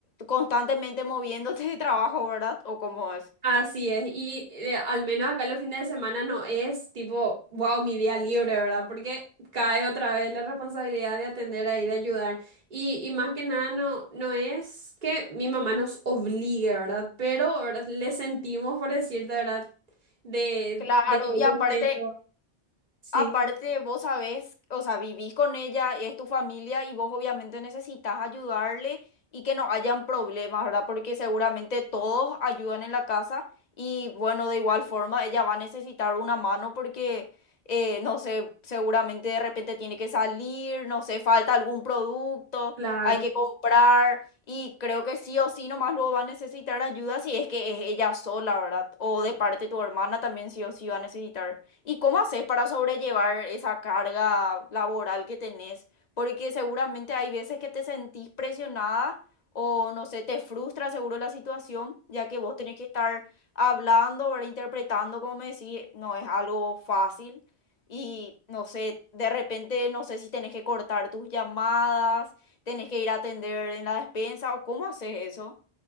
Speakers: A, on the left (about 45°); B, on the right (about 45°).
A: constantemente moviéndote de trabajo, ¿verdad? ¿O cómo es?
B: así es. Y eh, al menos acá los fines de semana no es tipo, wow, mi día libre, ¿verdad? Porque cae otra vez la responsabilidad de atender ahí, de ayudar. Y, y más que nada no, no es que mi mamá nos obligue, ¿verdad? Pero, ¿verdad? Le sentimos, por decirte, ¿verdad? De,
A: Claro,
B: de que ella
A: y aparte
B: esté todo. Sí,
A: Aparte, vos sabés, o sea, vivís con ella, es tu familia y vos obviamente necesitas ayudarle y que no hayan problemas, ¿verdad? Porque seguramente todos ayudan en la casa y bueno, de igual forma ella va a necesitar una mano porque, eh, no sé, seguramente de repente tiene que salir, no sé, falta algún producto,
B: claro.
A: hay que comprar y creo que sí o sí nomás luego va a necesitar ayuda si es que es ella sola, ¿verdad? O de parte de tu hermana también sí o sí va a necesitar. ¿Y cómo haces para sobrellevar esa carga laboral que tenés? Porque seguramente hay veces que te sentís presionada o no sé, te frustra seguro la situación, ya que vos tenés que estar hablando, ¿verdad? interpretando, como me decís, no es algo fácil. Y no sé, de repente no sé si tenés que cortar tus llamadas, tenés que ir a atender en la despensa o cómo haces eso.